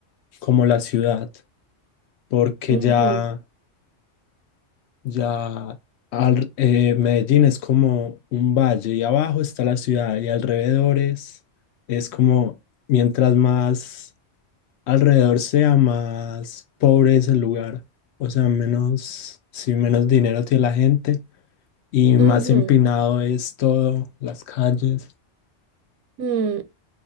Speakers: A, on the left; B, on the right.
A: como la ciudad, porque
B: ujú,
A: ya... Ya al- eh, Medellín es como un valle y abajo está la ciudad y alrededores es como mientras más alrededor sea, más pobre es el lugar. O sea, menos, sí, menos dinero tiene la gente y
B: ujú,
A: más empinado es todo, las calles.
B: mm.